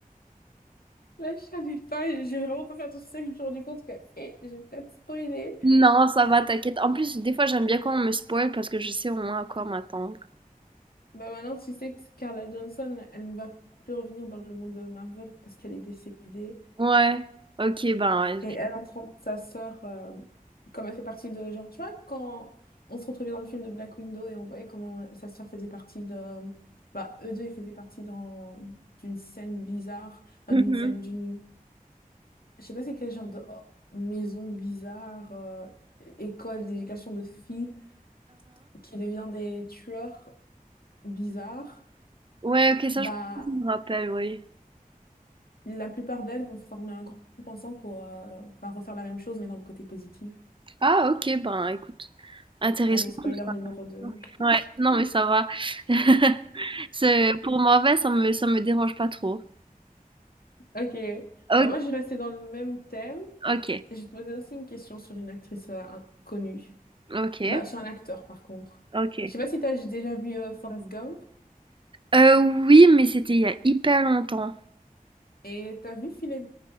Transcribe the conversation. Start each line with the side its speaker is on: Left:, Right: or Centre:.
Left: Là, je savais pas. J'ai vraiment pas fait attention. C'est ça que je me suis rendu compte que, eh, j'ai peut-être spoilé.
Right: Non, ça va, t'inquiète. En plus, des fois, j'aime bien quand on me spoil parce que je sais au moins à quoi m'attendre.
Left: Bah maintenant, tu sais que Scarlett Johnson, elle ne va plus revenir dans le monde de Marvel parce qu'elle est décédée.
Right: Ouais. Ok, ben. ouais.
Left: Et elle entend sa sœur, euh, comme elle fait partie de... Genre, tu vois, quand on se retrouvait dans le film de Black Widow et on voyait comment euh, sa sœur faisait partie de... Bah, eux deux, ils faisaient partie dans... d'une scène bizarre. Enfin,
Right: Mhm.
Left: d'une scène d'une... Je sais pas c'est quel genre de oh, maison bizarre, euh, école d'éducation de filles qui devient des tueurs bizarres.
Right: Ouais, OK, ça,
Left: Bah,
Right: je je me rappelle, oui.
Left: la plupart d'elles vont former un groupe ensemble pour euh, enfin, refaire la même chose, mais dans le côté positif.
Right: Ah OK, ben, écoute, intéressant
Left: Allez, spoiler
Right: tout ça.
Left: numéro deux.
Right: Ouais, non, mais ça va. <laughs> C'est, pour mauvais, ça me, ça me dérange pas trop.
Left: Ok.
Right: Ok,
Left: Bah, moi, j'ai resté dans le même thème.
Right: OK,
Left: J'ai posé aussi une question sur une actrice euh, un- connue.
Right: OK,
Left: Bah, sur un acteur, par contre.
Right: OK.
Left: Je sais pas si t'as déjà vu euh, Forrest Gump
Right: Euh, oui, mais c'était il y a hyper longtemps.
Left: et t'as vu Phila-